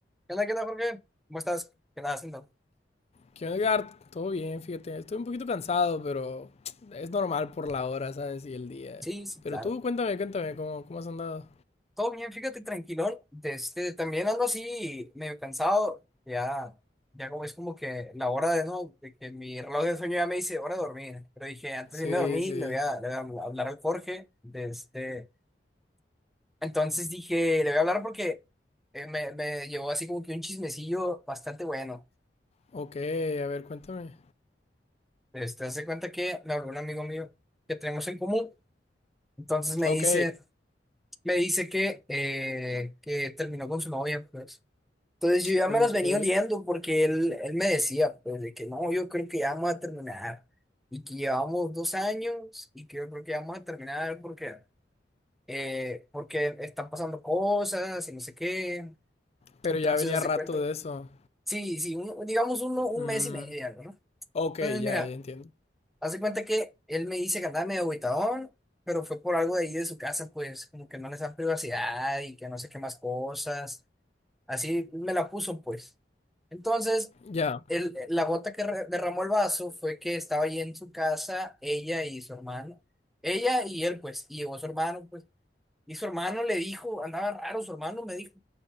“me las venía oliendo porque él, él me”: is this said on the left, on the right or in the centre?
Centre